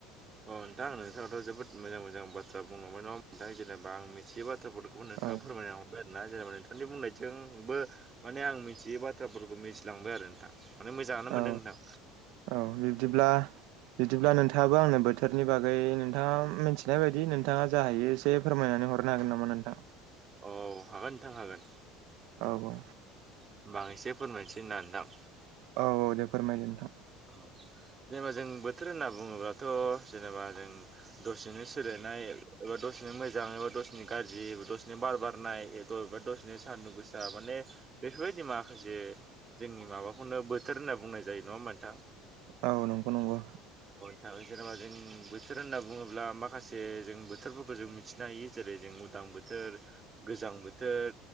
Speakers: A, on the right (about 20°); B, on the right (about 60°).
A: अ नोंथां नोंथाङाथ' जोबोद मोजां मोजां बाथ्रा बुंलांबाय नङा होमबा नोंथां जेनेबा आं मिथियोबा <unintelligible> नोंथाङा
B: औ
A: फोरमायनो हमबाय। दा जेनेबा नोंथांनि बुंनायजोंबो माने आं मिथियै बाथ्राफोरखौ मिथिलांबाय आरो नोंथां। माने मोजाङानो मोनदों
B: औ
A: नोंथां।
B: औ बिब्दिब्ला बिदिब्ला नोंथाङाबो आंनो बोथोरनि बागै नोंथाङा मिथिनाय बायदि नोंथाङा जा हायो एसे फोरमायनानै हर हरनो हागोन नामा नोंथां।
A: औ हागोन नोंथां हागोन।
B: औ औ।
A: होमबा आं एसे फोरमायसै ना नोंथां।
B: औ औ दे फोरमाय नोंथां।
A: औ जेनेबा जों बोथोर होनना बुङोब्लाथ' जेनेबा जों दसेनो <unintelligible> ओ दसेनो मोजां एबा दसेनो गाज्रि दसेनो बार बारनाय दसेनो सान्दुं गोसा माने बेफोरबायदि माखासे जोंनि माबाखौनो बोथोर होनना बुंनाय जायो नङा होमबा। नोंथां
B: औ नंगौ नंगौ।
A: दा जेनेबा जों बोथोर होनना बुङोब्ला माखासे जों बोथोरफोरखौ जों मिथिनो हायो जेरै जों उदां बोथोर। गोजां बोथोर